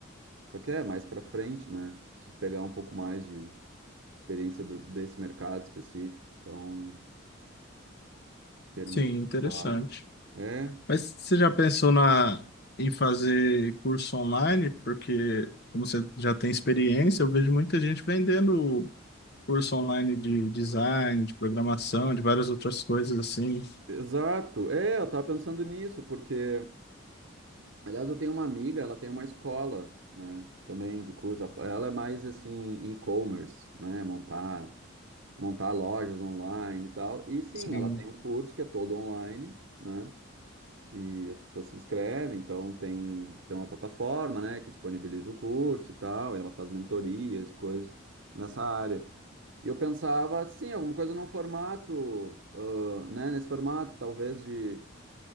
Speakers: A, on the right; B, on the left.
A: Só que é mais para frente, né? Preciso pegar um pouco mais de experiência do- desse mercado específico. Então, em termos
B: Sim,
A: de
B: interessante.
A: trabalho. É,
B: Mas você já pensou na, em fazer curso online? Porque, como você já tem experiência, eu vejo muita gente vendendo curso online de design, de programação, de várias outras coisas assim.
A: exato. É, eu tava pensando nisso, porque, aliás, eu tenho uma amiga, ela tem uma escola, né, também de curso. Ela é mais assim, e-commerce, né, montar, montar lojas online e tal. E sim,
B: Sim,
A: ela tem um curso que é todo online, né? E as pessoas se inscrevem, então tem, tem uma plataforma, né, que disponibiliza o curso e tal, e ela faz mentorias e coisas nessa área. E eu pensava, sim, alguma coisa num formato, ah, né, nesse formato, talvez de,